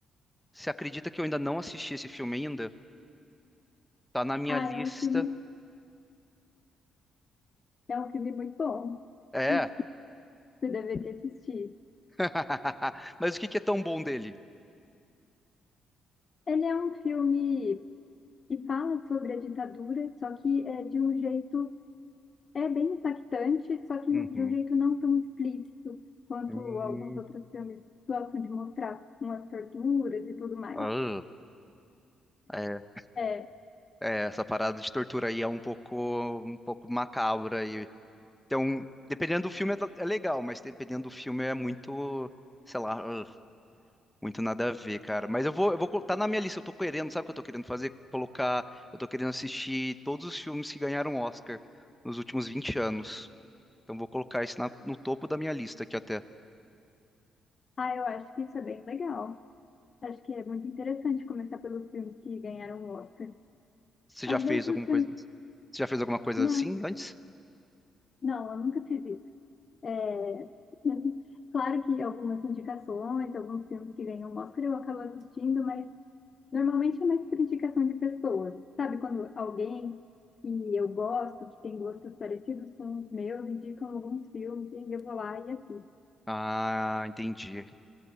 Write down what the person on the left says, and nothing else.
Ah,
é um filme, é um filme muito bom.
Acho que você deveria assistir.
Ele é um filme que fala sobre a ditadura, só que é de um jeito é bem impactante, só que
no- de um jeito não tão explícito quanto
alguns outros filmes gostam de mostrar, com as torturas e tudo mais.
É,
Ah, eu acho que isso é bem legal. Acho que é muito interessante começar pelos filmes que ganharam o Oscar.
Às
vezes os
filmes.
Não,
não, eu nunca fiz isso. É... <laughs> Claro que algumas indicações, alguns filmes que ganham o Oscar eu acabo assistindo, mas normalmente é mais por indicação de pessoas. Sabe, quando alguém que eu gosto, que tem gostos parecidos com os meus, indicam alguns filmes e eu vou lá e assisto.